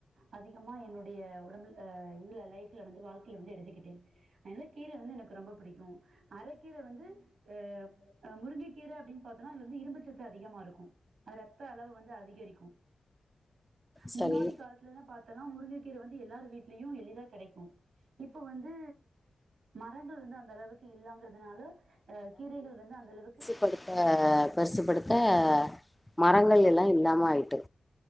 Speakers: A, on the right (about 90°); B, in the centre.
A: அதிகமா என்னுடைய ஒடம்பு அ இதுல லைஃப்ல வந்து வாழ்க்கைல வந்து எடுத்துக்கிட்டே என்ன கீர வந்து எனக்கு ரொம்ப புடிக்கு அரக்கீர வந்து அ அ முருங்கக்கீர அப்டின் பாத்தோனா இதுல வந்து இரும்புச்சத்து அதிகமா இருக்கும் ரத்த அளவு வந்து அதிகரிக்கு முன்னாடி
B: சரி
A: காலத்துலல பாத்தோன முருங்கக்கீர வந்து எல்லாரு வீட்லியு எளிதா கெடைக்கு இப்ப வந்து மரங்கள் வந்து அந்த அளவுக்கு இல்லங்கறதுனால அ கீரைகள் வந்து அந்த அளவுக்கு
B: கடுத்த பெருசுப்படுத்த மரங்கள் எல்லா இல்லாம ஆய்ட்டு